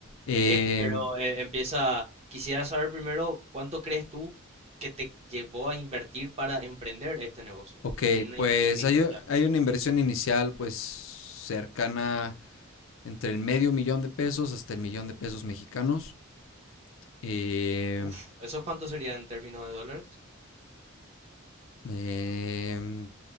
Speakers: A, on the left; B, on the right.
A: em,
B: Eh, pero eh, empieza, quisiera saber primero cuánto crees tú que te llevó a invertir para emprender este negocio,
A: ok,
B: una
A: pues
B: inversión inicial.
A: hay, u- hay una inversión inicial pues cercana entre el medio millón de pesos hasta el millón de pesos mexicanos, em,
B: Uf, ¿esos cuántos serían en términos de dólares?
A: em,